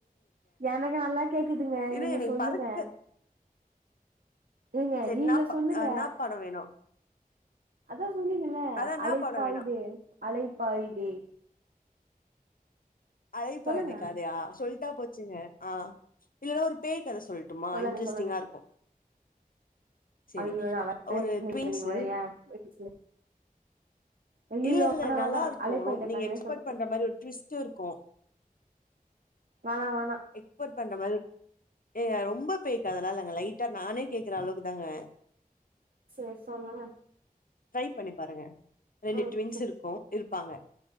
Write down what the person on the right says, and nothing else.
எனக்கு நல்லா கேக்குதுங்க
நீங்க சொல்லுங்க
ஏங்க
நீங்க
சொல்லுங்க
அதா சொன்னீங்கல்ல
அலைப்பாயுதே
அலைப்பாயுதே
சொல்லுங்க
சொல்லுங்க
சொல்லுங்க
<unintelligible>
ஐயையோ
வேணா வேணா
அலைப்பாயுதே
கதையே
சொல்
வேணா வேணா
சேரி சொல்லுங்க
ம்
செரி